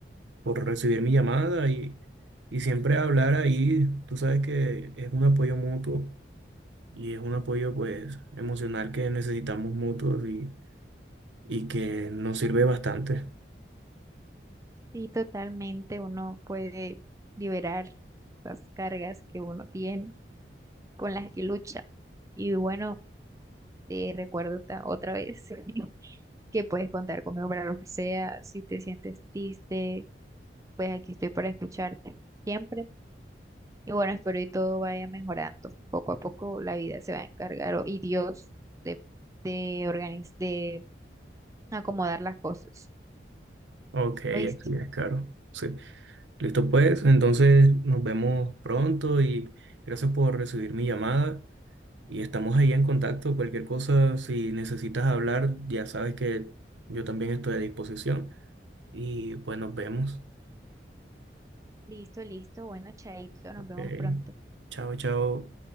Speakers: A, on the right; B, on the right.
A: por recibir mi llamada y, y siempre hablar ahí. Tú sabes que es un apoyo mutuo y es un apoyo pues emocional que necesitamos mutuos y, y que nos sirve bastante.
B: Sí, totalmente. Uno puede liberar esas cargas que uno tiene con las que lucha. Y bueno, eh, recuerdo ta- otra vez <laughs> que puedes contar conmigo para lo que sea. Si te sientes triste, pues aquí estoy para escucharte siempre. Y bueno, espero y todo vaya mejorando. Poco a poco la vida se va a encargar o- y Dios de, de, organiz- de acomodar las cosas.
A: Ok, así
B: ¿Oíste?
A: es, claro. Sí. Listo pues, entonces nos vemos pronto y gracias por recibir mi llamada y estamos ahí en contacto. Cualquier cosa, si necesitas hablar, ya sabes que yo también estoy a disposición y pues nos vemos.
B: Listo, listo. Bueno, chaito, nos
A: Ok,
B: vemos pronto.
A: chao, chao.